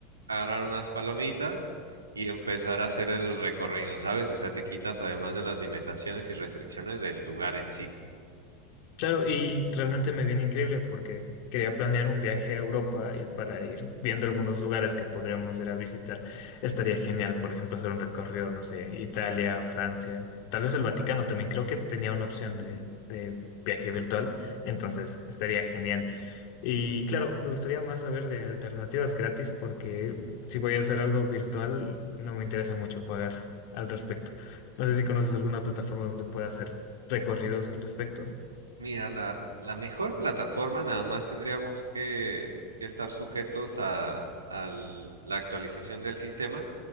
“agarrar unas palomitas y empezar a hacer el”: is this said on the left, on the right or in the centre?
Right